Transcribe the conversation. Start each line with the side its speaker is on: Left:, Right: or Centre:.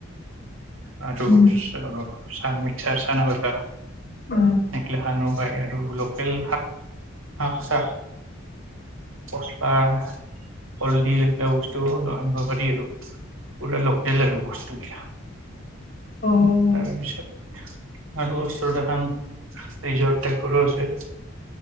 Right: আৰু
Left: উম,
Right: আহ। মিক্সাৰ চানা ভাজা।
Left: উম।
Right: একলা হন ও। হয় আৰু লগ। লোকেল শাক শাক চাক পচলা কলদিল এইবিলাক বস্তু আনিব পাৰি আৰু পুৰা লোকেল আৰু বস্তুবিলাক।
Left: অ',
Right: তাৰপিছত। আৰু ওচৰত এখন ৰিজৰ্ট টাইপৰো আছে